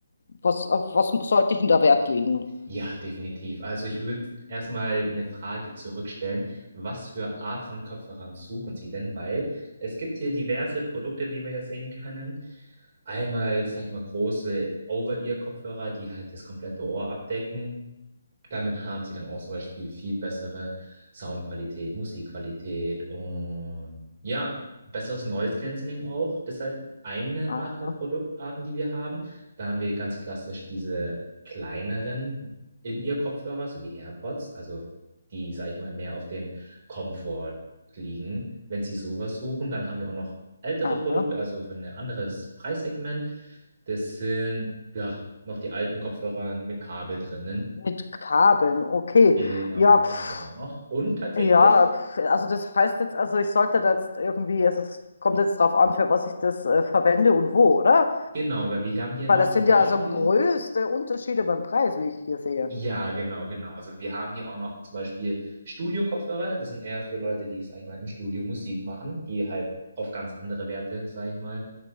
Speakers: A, on the left; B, on the right.
A: was, auf was sollte ich denn da Wert legen?
B: Ja, definitiv. Also ich würde erstmal eine Frage zurückstellen. Was für Art von Kopfhörern suchen Sie denn? Weil es gibt hier diverse Produkte, die wir hier sehen können. Einmal, sag ich mal, große Over-Ear-Kopfhörer, die halt das komplette Ohr abdecken. Damit haben sie dann auch zum Beispiel viel bessere Soundqualität, Musikqualität und ja, besseres Noise Cancelling auch. Das ist halt eine Art
A: Aha,
B: der Produktarten, die wir haben. Da haben wir ganz klassisch diese kleineren In-Ear-Kopfhörer, so wie AirPods, also die, sag ich mal, mehr auf dem Komfort liegen. Wenn sie sowas suchen, dann haben wir auch noch ältere
A: aha.
B: Produkte, also für ein anderes Preissegment. Das sind, ja, noch die alten Kopfhörer mit Kabel drinnen
A: Mit Kabeln, okay.
B: Genau,
A: Ja,
B: die
A: pf,
B: haben wir auch noch. Und tatsächlich,
A: ja, pf, also das heißt jetzt, also ich sollte da jetzt irgendwie, also es kommt jetzt drauf an, für was ich das äh, verwende und wo, oder?
B: genau, weil wir haben hier
A: Weil
B: noch
A: das
B: zum
A: sind
B: Beispiel,
A: ja also größte Unterschiede beim Preis, wie ich hier sehe.
B: ja, genau, genau. Also wir haben hier auch noch zum Beispiel Studio-Kopfhörer. Das sind eher für Leute, die, sag ich mal, im Studio Musik machen, die halt auf ganz andere Werte, sag ich mal,